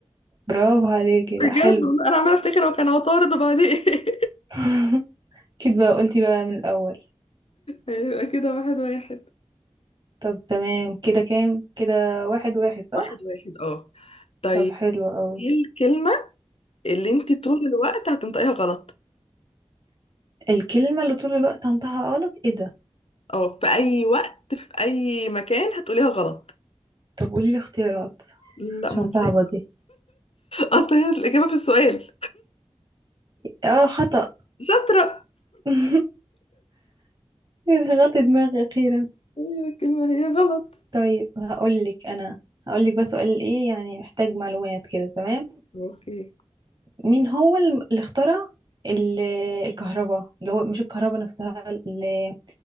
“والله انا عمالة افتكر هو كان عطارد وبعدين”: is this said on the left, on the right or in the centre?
Left